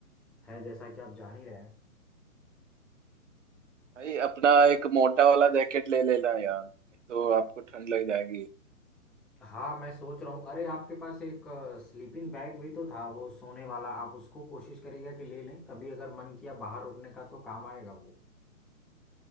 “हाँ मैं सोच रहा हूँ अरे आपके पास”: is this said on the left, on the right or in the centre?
Centre